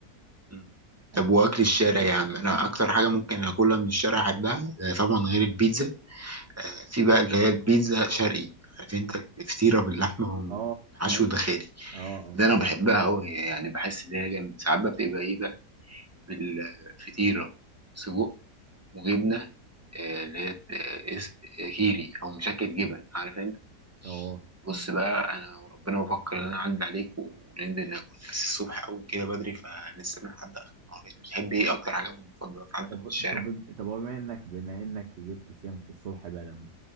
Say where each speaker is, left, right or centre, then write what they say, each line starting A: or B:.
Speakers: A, on the right; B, on the right.
A: مم.
B: اكيل
A: طب واكل الشارع يا عم انا اكتر حاجه ممكن اكلها من الشارع احبها آه، طبعا غير البيتزا آه، في بقى اللي هي البيتزا شرقي عارف انت الفطيره باللحمه
B: اه
A: وحشو اه داخلي
B: اه اه
A: ده انا بحبها قوي يعني بحس ان هي جامده ساعات بقى بتبقى ايه بقى بالفطيره سجق وجبنه آه، اللي هي آه، اس- آه، كيري او مشكل جبن عارف انت
B: اه
A: بص بقى انا وربنا بفكر ان انا اعدي عليك وننزل ناكل بس الصبح قوي كده بدري فنستنى لحد اخر النهار انت بتحب ايه اكتر حاجه من المفضلات عندك
B: طب
A: في الشارع
B: طب طب هو بما انك بما انك جبت سيرة الصبح بدري